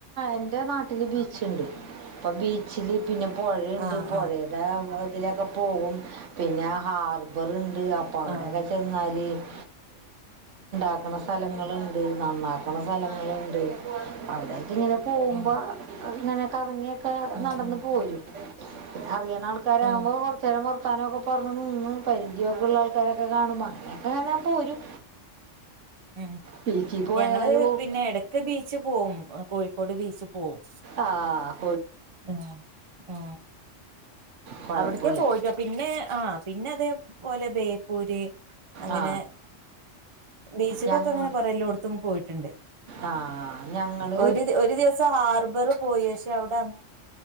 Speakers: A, on the right; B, on the right.
A: എന്റെ നാട്ടില് ബീച്ച ഉണ്ട് അപ്പ ബീച്ചില് പിന്നെ പുഴുണ്ട്
B: ആഹ്
A: പുഴയുടെ
B: ആഹ്
A: <inaudible> ഇവിടെ ഒകെ പോകും പിന്നെ ഹാർബർ അപ്പാവിടെ
B: ആഹ്
A: ക ആരെ <inaudible> അങ്ങന സ്ഥലങ്ങളുണ്ട്
B: ഉം
A: നന്നാ പല സ്ഥലങ്ങളുംുണ്ട് അവിടേക്ക ഇങ്ങനെ പോകുമ്പോ
B: ഉം
A: ഇങ്ങനെ കറങ്ങിയൊക്കെ
B: ആഹ്
A: നടന്ന്
B: ആഹ്
A: പോരും അറിയ ആൾക്കാരെകുമ്പോൾ
B: ആഹ്
A: കുറച്ചുനേരം വർത്താനം പറഞ്ഞ് പുറത്ത് വന്നു നിന്ന് പരിചയമൊക്കെയുള്ള ആൾക്കാരൊക്കെ കാണുമ്പോൾ അങ്ങനെയൊക്കൊ പോരും
B: ഉം
A: ബീച്ചിൽ പോയാലും
B: ഞങ്ങള് പിന്നെ ഇടക്ക് ബീച്ച് പോകവും കോഴിക്ക കോഴിക്കോട് ബീച്ച് പോവും
A: ആഹ
B: ആ ആ
A: കുഴപ്പമില്ല
B: അവിടത്തെേ പോയിട്ടോ പിന്നെ ആഹ പിന്നെ അതേപോലെ ബേപ്പൂര് അങ്ങനെ
A: ആ
B: ബീച്ചക്കൊക്കെ
A: ഞങ്ങ
B: അങ്ങനെ കൊറെ എല്ലോടത്തും പോയിട്ടുണ്ട്
A: ആ ഞങ്ങൾ
B: ഒരു ഒരു ദിവസം ഹാർബർ പോയി പക്ഷെ അവിടെ